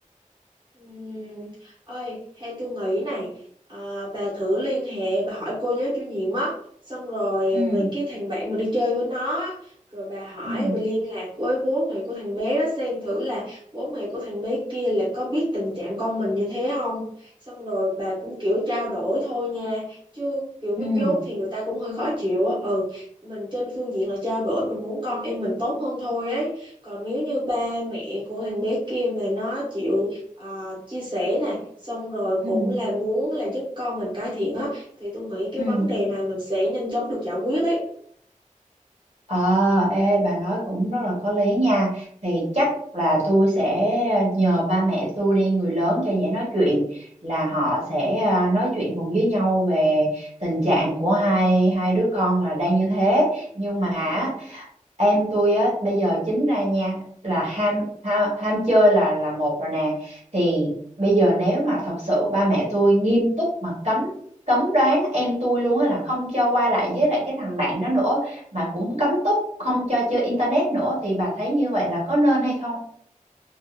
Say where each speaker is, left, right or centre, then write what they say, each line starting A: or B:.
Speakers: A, on the right; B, on the right.
A: Ừm, ơi hay tôi nghĩ này à, bà thử liên hệ bà hỏi cô giáo chủ nhiệm á xong rồi
B: ừ
A: về cái thằng bạn mà đi chơi với nó á, rồi bà hỏi
B: ừ
A: bà liên lạc với bố mẹ của thằng bé đó xem thử là bố mẹ của thằng bé kia là có biết tình trạng con mình như thế không xong rồi bà cũng kiểu trao đổi thôi nha chứ kiểu mắng
B: ừ
A: vốn thì người ta cũng hơi khó chịu á ừ mình trên phương diện là trao đổi mình muốn con em mình tốt hơn thôi ấy còn nếu như ba mẹ của thằng bé kia mà nó chịu ờ, chia sẻ nè xong rồi
B: ừ
A: cũng là muốn là giúp con mình cải thiện á thì tôi nghĩ cái
B: ừ
A: vấn đề này mình sẽ nhanh chóng được giải quyết ấy
B: Ờ, ê, bà nói cũng rất là có lý nha. Thì chắc là tôi sẽ ờ, nhờ ba mẹ tôi đi người lớn cho dễ nói chuyện là họ sẽ à, nói chuyện cùng với nhau về tình trạng của hai hai đứa con là đang như thế. Nhưng mà á,
A: ừ.
B: em tôi á bây giờ chính ra nha là ham ham, ham chơi là là một rồi nè. Thì bây giờ nếu mà thật sự ba mẹ tôi nghiêm túc mà cấm cấm đoán em tôi luôn á là không cho qua lại với lại cái thằng bạn đó nữa mà cũng cấm túc không cho chơi internet nữa thì bà thấy như vậy là có nên hay không?